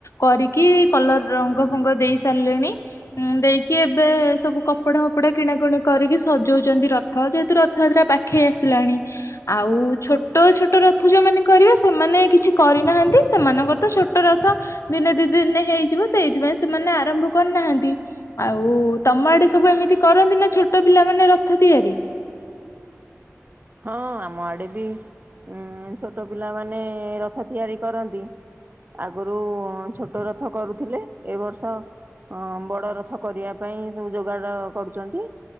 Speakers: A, on the left (about 75°); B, on the right (about 35°).
A: କରିକି କଲର ରଙ୍ଗ ଫଙ୍ଗ ଦେଇ ସାରିଲେଣି। ହୁଁ ଦେଇକି ଏବେ ସବୁ କପଡା ହପ କପଡା କିଣାକୁଣି କରିକି ସଜଉଛନ୍ତି ରଥ ଯେହେତୁ ରଥଯାତ୍ରା ପାଖେଇ ଆସିଲାଣି। ଆଉ ଛୋଟ ଛୋଟ ରଥ ଯୋଉମାନେ କରିବେ ସେମାନେ କିଛି କରିନାହାନ୍ତି ସେମାନଙ୍କର ତ ଛୋଟ ରଥ ଦିନେ ଦି ଦିନରେ ହେଇଯିବ ସେଇଥିପାଇଁ ସେମାନେ ଆରମ୍ଭ କରନାହାନ୍ତି। ଆଉ ତମ ଆଡେ ସବୁ ଏମିତି କରନ୍ତି ନା ଛୋଟ ପିଲା ମାନେ ରଥ ତିଆରି।
B: ହଁ ଆମ ଆଡେ ବି ଉଁ ଛୋଟ ପିଲାମାନେ ରଥ ତିଆରି କରନ୍ତି। ଆଗରୁ ଛୋଟ ରଥ କରୁଥିଲେ ଏ ବର୍ଷ ହଁ ବଡ ରଥ କରିବା ପାଇଁ ସବୁ ଯୋଗାଡ କରୁଛନ୍ତି।